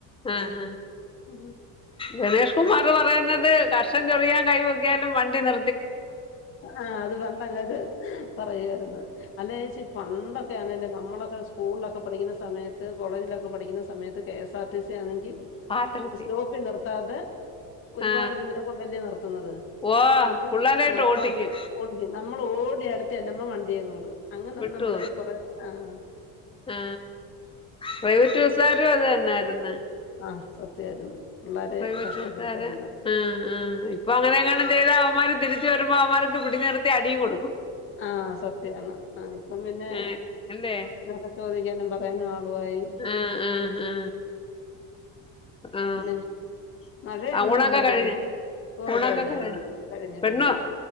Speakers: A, on the left; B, on the left.
A: ആ ആ.
B: ഉ
A: ഗണേഷ് കുമാർ പറയുന്നത് കർഷം ചെറിയാൻ കൈ വക്ക ലും വണ്ടി നി
B: ആഹ അത് വണ്ടങ്ങാര് പറയുരുന്നു അല്ലച്ച പണ്ടൊക്കെ ആന്നല്ലേ നമ്മളൊക്കെ സ്കൂളിലൊക്കെ പഠിക്കുന്ന സമയത്ത് കോളേജിലൊക്കെ പഠിക്കുന്ന സമയത്ത് K S R T C ആണെങ്കിൽ
A: പാത്രത്തിൽ
B: സ്റ്റോപ്പിൽ നിർത്താതെ ഒരുപാട്
A: ആ
B: ദൂര കൊണ്ടല്ലേ നിർത്തുന്നത്
A: ഓ
B: നമ്മള്
A: പിള്ളേരായിട്ട്
B: നമ്മള്
A: ഓട്ടിക്കും
B: ഓടി നമ്മള് ഓടി അടുത്ത് ചെല്ലമ്മ വണ്ടിയങ്ങവിട അങ്ങനെന്ന
A: വിട്ടു
B: നമ്മള കൊറ ആഹ
A: ആ പ്രൈവറ്റ് ബസ്സാരും അത് തന്നൊയിരിന്ന്
B: ആഹ സത്യായിരുന്നു പിള്ളരെ
A: പ്രൈവറ്റ്
B: കഷ്ടപ്പെടുത്തായിരുന്ന്
A: ബസ്സുകാരെ ആ ആ് ഇപ്പൊ അങ്ങനെങ്ങണെ ചെയ്ത അവന്മാര് തിരിച്ച വരുമ്പോ അവമാർക്ക് പിടിന നിർത്തി അടിയും കൊടുക്കും
B: ആഹ സത്യാണ് ആ ഇപ്പം പിന്നെ
A: ആ അല്ലേ
B: അ ചോദിക്കാനും പറയാനും ആളുവായി
A: ആഹ ആ ആ ആ
B: പിന്നെ മഴയാണൊന്നും
A: ആ ഊണൊക്കെ
B: ഇല്ലല്ലോ
A: കഴിഞ്ഞ്
B: ൻ ഓ
A: ഊണൊക്കെ
B: കഴിഞ്ഞു
A: കഴിഞ്ഞ്
B: കഴിഞ്ഞു കഴിഞ്ഞു
A: പെണ്ണ്
B: കഴിഞ്ഞു
A: ആ